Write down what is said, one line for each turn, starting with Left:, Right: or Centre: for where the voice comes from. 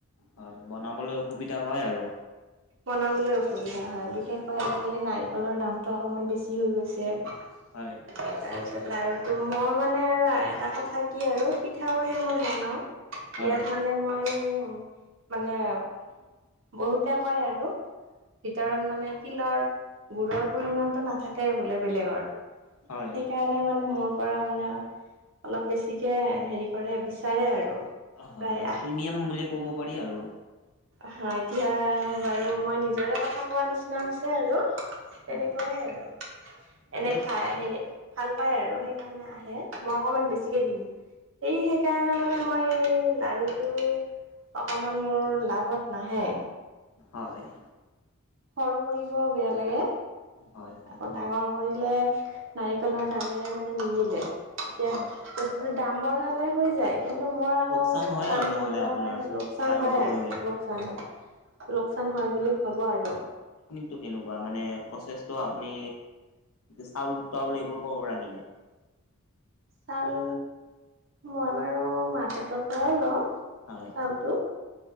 Left: হয় বনাবলৈ অসুবিধা হয় আৰু।
Right: বনাবলৈ অসুবিধা হয় বিশেষকৈ আজিকালি নাৰিকলৰ দামটো অকমান বেছি হৈ গৈছে।
Left: হয়।
Right: তাৰ পিছত লডাৰুটো মোৰ মানে আৰু এটা কথা কি আৰু পিঠাও যে মই বনাও
Left: হয়
Right: ইয়াত মানে মই মানে বহুতে কয় আৰু ভিতৰত মানে তিলৰ গুৰৰ পৰিমণটো নাথাকে বোলে বেলেগৰ।
Left: হয়
Right: সেইকাৰণ নে মানে মোৰ পৰা মানে অলপ বেছিকে হেৰি কৰে বিচাৰে আৰু।
Left: হয়
Right: প্ৰায়
Left: প্ৰিমিয়াম বুলি ক'ব পাৰি আৰু।
Right: হয় এতিয়া বাৰু মই নিজৰে কথা কোৱা নিচিনা হৈছে আৰু।
Left: হয়
Right: তেনেকুৱাইে আৰু। এনে
Left: এইটো
Right: খাই হেৰি ভাল পাই আৰু সেইকাৰণে আহে মই অকনমান বেছিকে দিম। এই সেইকাৰণে মানে মই লাডুটো অকমান মোৰ লাভত নাহে।
Left: অ, হয়।
Right: সৰু কৰিব বেয়া লাগে
Left: হয় হয়
Right: আকৌ ডাঙৰ কৰিলে নাৰিকলৰ দামেৰে মানে নিমিলে এতিয়া
Left: হয়
Right: বস্তুটো দাম বঢ়ালে হৈ যায়। কিন্তু মোৰ আকৌ
Left: লোকচান হয়
Right: কাম
Left: আৰু নহ'লে
Right: কৰোৱা
Left: আপোনাৰ
Right: নাই লোকচান
Left: লাৰুটো
Right: হয়
Left: কৰিলে
Right: আৰু লোকচান হয়। লোকচান হয় বুলি ভাবো আৰু।
Left: টো কেনেকুৱা মানে প্ৰচেছ ত আপুনি চাউল তাউল এইবোৰ ক পৰা কিনে?
Right: চাউল মই বাৰু মাৰ্কেটৰ পৰাই লও।
Left: হয়।
Right: কিটো